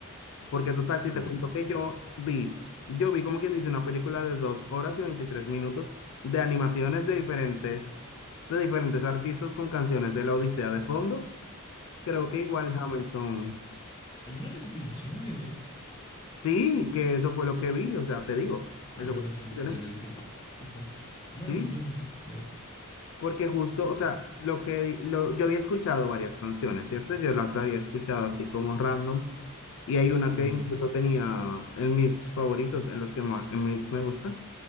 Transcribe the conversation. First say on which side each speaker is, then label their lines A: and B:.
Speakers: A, on the left; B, on the left.
A: Porque total, si
B: Hamilton.
A: te cuento que yo vi, yo vi como quien dice una película de dos horas y 23 minutos de animaciones de diferentes, de diferentes artistas con canciones de la Odisea de fondo. Creo que igual Hamilton.
B: Hay una recopilación de Epic.
A: Sí, que eso fue lo que vi, o sea, te digo, eso
B: Ah, yo
A: fue
B: la,
A: lo que
B: sé bus-
A: mencioné.
B: yo la he visto de partes. Bueno,
A: Sí,
B: envíamela luego.
A: porque justo, o sea,
B: Ah,
A: lo que di- lo, yo había escuchado varias canciones, ¿cierto? Yo las había escuchado así como random y hay una que
B: ujú.
A: incluso tenía en mis favoritos, en los que más, en mis me gusta.